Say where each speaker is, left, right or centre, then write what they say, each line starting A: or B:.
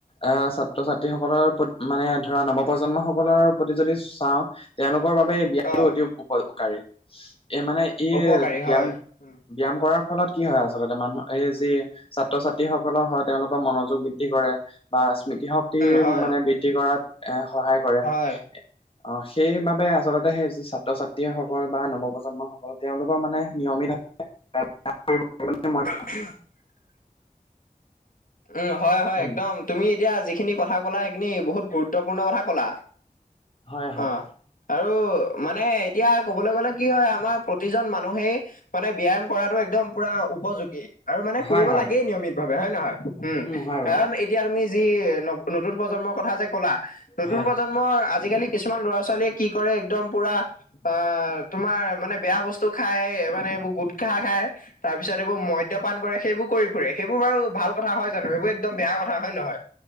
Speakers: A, on the left; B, on the left.
A: আ ছাত্ৰ-ছাত্ৰী সকলৰ প্ৰ মানে ধৰা নৱপ্ৰজন্ম। প্ৰজন্ম সকলৰ প্ৰতি যদি চাওঁ তেওঁলোকৰ বাবে এই ব্যয়ামটো
B: অ',
A: অতি উপকাৰী। এ মানে ই
B: উপকাৰী
A: ব্যায়াম
B: হয়। উম,
A: ব্যায়াম কৰাৰ ফলত কি হয় আচলতে মানুহৰ এই। যি ছাত্ৰ-ছাত্ৰীসকলৰ হয় তেওঁলোকৰ মনোযোগ বৃদ্ধি কৰে বা। স্মৃতি শক্তি
B: উম, হয়,
A: মানে বৃদ্ধি কৰাত এ। সহায় কৰে,
B: হয়,
A: অ', সেইবাবে আচলতে সেই। যি ছাত্ৰ-ছাত্ৰীসকল বা নৱপ্ৰজন্মসকল তেওঁলোকৰ মানে নিয়মিতভাৱে। <inaudible> মই
B: <inaudible> উম, হয়, হয়
A: উম,
B: একদম তুমি এতিয়া যিখিনি কথা কলা সেইখিনি বহুত গুৰুত্ব। গুৰুত্বপূৰ্ণ কথা কলা,
A: হয় হয়
B: অ' আৰু। মানে এতিয়া কবলৈ গ'লে কি হয় আমাৰ প্ৰতিজন মানুহেই মানে ব্যায়াম কৰাটো একদম পুৰা উপযো। গী, আৰু মানে
A: হয়
B: কৰিব
A: হয়
B: লাগেই
A: হয়
B: নিয়মিত ভাৱে হয়নে নহয়, উম,
A: হয় বাৰু
B: কাৰণ এতিয়া তুমি যি। নতুন। প্ৰজন্মৰ কথা যে কলা নতুন
A: হয়
B: প্ৰজন্মৰ আজিকালি কিছুমান ল'ৰা-ছোৱালীয়ে কি কৰে একদম পুৰা। মাৰ তোমাৰ মানে বেয়া বস্তু। স্তু খাই মানে এইবোৰ গুট্‌খা খাই তাৰ পিছত এইবোৰ মদ্য পান কৰে সেইবোৰ কৰি ফুৰে সেইবোৰ বাৰু ভাল। কথা হয় জানো সেইবোৰ একদম বেয়া কথা হয়নে নহয়